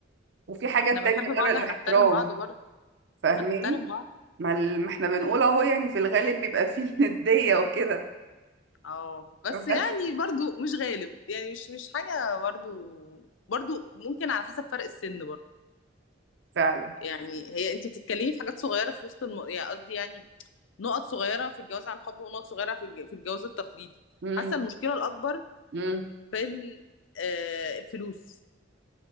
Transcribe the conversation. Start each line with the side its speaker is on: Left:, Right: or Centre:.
Right: وفي حاجات
Left: احنا
Right: تانية
Left: بنحب بعض
Right: غير الاحترام
Left: هنحترم بعض برضه
Right: فاهماني
Left: هنحترم بعض
Right: ما, ال... ما احنا بنقول اهو يعني في الغالب بيبقى فيه <laughs> الندية وكده
Left: اه بس
Right: بس
Left: يعني برضه مش غالب يعني مش مش حاجة برضه برضه ممكن على حسب فرق السن برضه
Right: فعلا
Left: يعني هي انت بتتكلمي في حاجات صغيرة في وسط الم... يعني قصدي يعني نقط صغيرة في الجواز عن حب ونقط صغيرة في الج... في الجواز التقليدي
Right: مم.
Left: حاسة المشكلة الأكبر
Right: مم.
Left: في ال... آه الفلوس